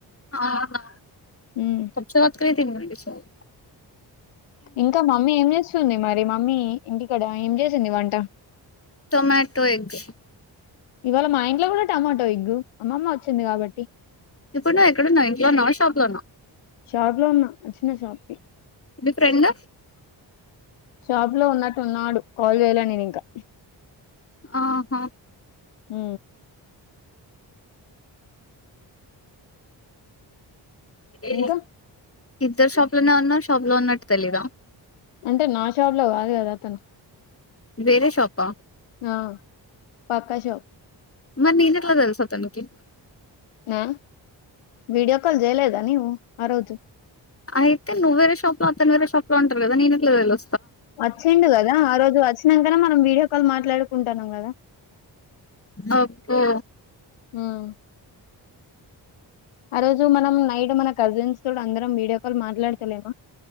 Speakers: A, on the left; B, on the left.
A: ఆహా
B: ఉమ్,
A: కొత్త <unintelligible> ఈ సారి
B: ఇంకా మమ్మీ ఏం చేస్తుంది మరి మమ్మీ ఇంటికాడ ఏం చేసింది వంట
A: మార్తో ఎగ్
B: ఇవాళ మా ఇంట్లో కూడా టమాటో ఎగ్గు అమ్మమ్మ వచ్చింది కాబట్టి
A: ఇప్పుడు నువ్వు ఎక్కడన్నావు ఇంట్లో ఉన్నావ షాప్ లో ఉన్నావు
B: షాప్లో ఉన్నా వచ్చిన షాప్కి
A: మీ ఫ్రెండ్
B: షాప్ లో ఉన్నట్టు ఉన్నాడు కాల్ జేయాలే నేను ఇంకా
A: ఆహా
B: మ్
A: ఏ
B: ఇంకా
A: ఇద్దరు షాప్ లోనే ఉన్నారు షాప్ లో ఉన్నట్టు తెలిద
B: అంటే నా షాప్ లో కాదు కదా అతను
A: వేరే షాపా
B: ఆ, పక్క షాప్
A: మరి నేనేట్ల తెలుసు అతనికి
B: ఆ వీడియో కాల్ జేయలేద నీవు ఆ రోజు
A: అయితే నువ్వు వేరే షాప్ లో అతను వేరే షాప్లో ఉంటారు కదా నేను ఎట్లా తెలు
B: వచ్చిండు కదా ఆ రోజు వచ్చినంకనే మనం వీడియో కాల్ మాట్లాడుకుంటాన్నాం కదా
A: అబ్బో
B: ఉమ్ ఆ రోజు మనం నైట్ మన కజిన్స్ తోటి అందరం వీడియో కాల్ మాట్లాడతలేమ